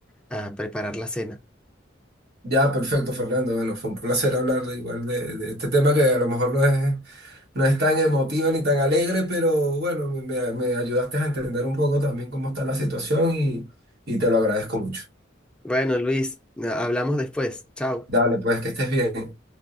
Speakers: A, in the centre; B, on the right.
A: a preparar la cena.
B: Ya, perfecto, Fernando. Bueno, fue un placer hablar de, igual de, de este tema que a lo mejor lo es. No es tan emotivo ni tan alegre, pero bueno, me, me- me ayudaste a entender un poco también cómo está la situación y, y te lo agradezco mucho.
A: Bueno, Luis, hablamos después. Chao.
B: Dale, pues que estés bien.